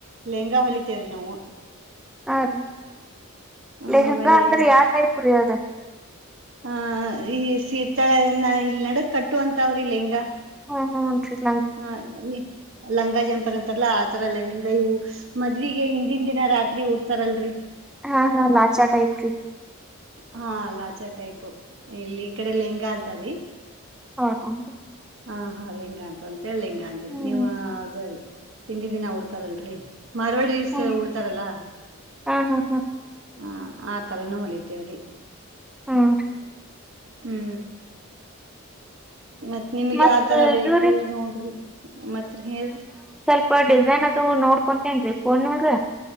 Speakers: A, on the right; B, in the centre.
A: ಲೆಂಗಾ ಹೊಲಿತೇವ್ರಿ ನಾವು.
B: ಹಾರೀ
A: ಆ
B: ಲೆಹಂಗಾ
A: ಆಮೇಲೆ
B: ಅಂದ್ರೆ ಯಾವ ಟೈಪ್ ರೀ ಅದ.
A: ಹ ಈ ಶೀತಳ <unintelligible> ನಡಕ್ ಕಟ್ಟು ಅಂತಾವ್ರಿ ಲೆಂಗಾ.
B: ಹಾ ಹಾ <unintelligible>
A: ಹಾ ನಿ ಲೆಹಂಗಾ, ಜಂಪರ್ ಅಂತಾರಲ್ಲಾ ಆತರ ಲೆಹೆಂಗ ಇವು. ಮದ್ವಿಗೆ ಹಿಂದಿನ ದಿನ ರಾತ್ರಿ ಉಡ್ತಾರಲ್ರಿ.
B: ಹಾ ಹಾ <unintelligible>
A: ಹಾ ಲಾಚ ಟೈಪು ಇಲ್ಲಿ ಈ ಕಡೆ ಲೆಹಂಗಾ ಅಂತಾರಿ.
B: ಹೌದ್ ಅನ್ರಿ.
A: ಹಾ ಹಾ ಲೆಹಂಗಾ ಅಂತ ಅಂತೇಳಿ ಲೆಹಂಗಾ ಅಂದಿದ್
B: ಹ್ಮ್
A: ನಿವ ಅದರಿ. ಹಿಂದಿನ ದಿನ ಉಡ್ತಾರಲ್ರಿ ಮಾರ್ವಳಿ ಪೀಸ
B: ಹ್ಮ್
A: ಉಡ್ತಾರಲ್ಲ
B: ಹಾ ಹಾ ಹಾ
A: ಹ ಆತರನೂ ಹೊಲಿತೇವ್ರಿ.
B: ಹಾರೀ
A: ಹ್ಮು ಮತ್ತ್ ನಿಮ್ಗ
B: ಮತ್
A: ಯಾವತರ
B: ಇದು
A: ಬೇಕು
B: ರೀ
A: ನೋಡ್ರಿ ಮತ್ತ್ ಹೇಳ್ರಿ.
B: ಪ ಡಿಸೈನ್ ಅದು ನೋಡ್ಕೊತೇನ್ರಿ ಫೋನ್ ಒಳಗ್